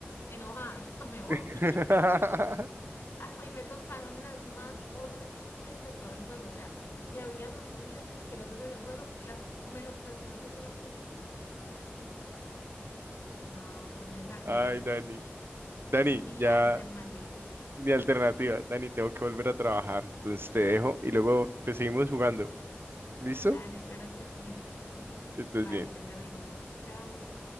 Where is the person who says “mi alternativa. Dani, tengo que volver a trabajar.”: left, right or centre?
Right